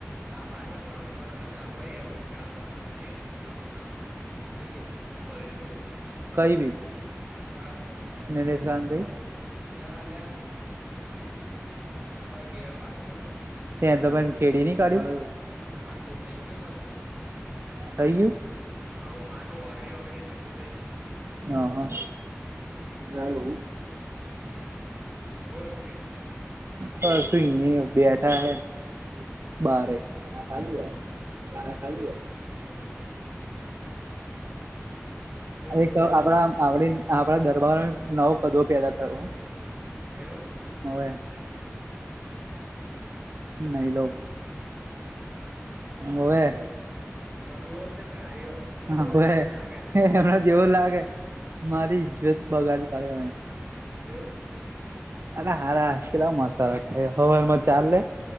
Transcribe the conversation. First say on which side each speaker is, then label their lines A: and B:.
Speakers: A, on the right; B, on the right.
A: હા પાછા ગ્રાઉન્ડ ભણવાનું ચાલુ કરીએ ગાલબાલ કરીએ ગ્રમ બરામ મસ્તમ પીસ થઇ ગઈ છે. પલડી પલડી.
B: કઈ બીજ
A: પાછળ
B: નિલેશ કાંત થઈ
A: ના લ્યા. આપણા ઘેર પાછળ.
B: ાઈ ખેડી ન કાઢ્યું.
A: અછ પાછો થઇ ગયો સરરખું.
B: થઈ
A: હા માટું વાગરી વાગરીને હરકું થઈ ગયું.
B: હા હા હેલો.
A: હમ બોલ શું કે?
B: પરસું ન બેઠા હૈ. બારે
A: એવું
B: મા ખાલી યાર મારા ખાલી.
A: હમ હમ હમ. બોલ
B: એક
A: શું કે
B: આપણા આપડી આપણા દરબાર નવો કદો પેલાતા.
A: એવું.
B: હો. નહી લો ઓ એ.
A: એ કદુઓ જ છે કાર્યો. કદવા
B: હા હવેે
A: જેવો જ લાગે હે
B: હમણાં જેવો લાગે. મારી ઈજ્જત બગાડી પાડે.
A: એવું
B: અ હારા મસ્ હવા મજ ચાલલે.